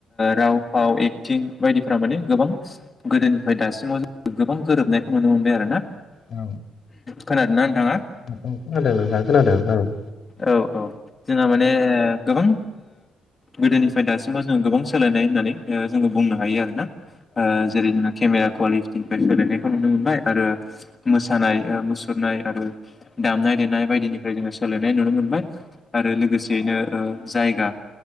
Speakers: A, on the left (about 20°); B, on the left (about 40°).
A: राव फाव थिं बायदिफोरा माने गोबां गोदोनिफ्राय दासिमाव जों गोबां गोरोबनायखौ नुनो मोनबाय आरो ना
B: औ
A: खोनादोंना नोंथाङा
B: औ औ खोनादों नोंथां खोनादों औ।
A: औ औ जोंहा माने गोबां गोदोनिफ्राय दासिमाव जों गोबां सोलायनाय होननानै जोंङो बुंनो हायो आरोना जेरैनो केमेरा कुवालिटि फ्राय सोलायनायखौ नुनो मोनबाय आरो मोसानाय मुसुरनाय आरो दामनाय देनाय बायदिनिफ्राय जोङो सोलायनाय नुनो मोनबाय आरो लोगोसेयैनो जायगा